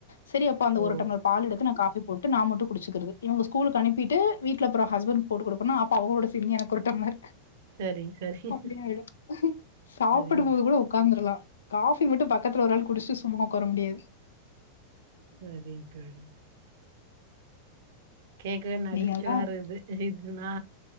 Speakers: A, on the left (about 65°); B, on the right (about 55°).
A: சேரி அப்ப அந்த
B: ஓ
A: ஒரு டம்ளர் பால் எடுத்து நா காஃபி போட்டு நா மட்டு குடிச்சுக்கறது இவுங்க ஸ்கூல்க்கு அனுப்பிட்டு வீட்ல அப்றோ ஹஸ்பண்ட்க்கு போட்டு குடுப்பேனா அப்ப அவுங்களோட சேந்து எனக்கொரு டம்ளர்
B: சரிங்க சரிங்க
A: அப்டியாயிடு சாப்டும்போது
B: சரிங்க
A: கூட ஒக்காந்துருலா காஃபி மட்டு பக்கத்துல ஒரு ஆள் குடிச்சிட்டு சும்மா ஒக்கார முடியாது
B: செரிங்க தோழி கேக்கவே நகச்சுவையாருக்குது
A: நீங்கல்லா
B: இது நா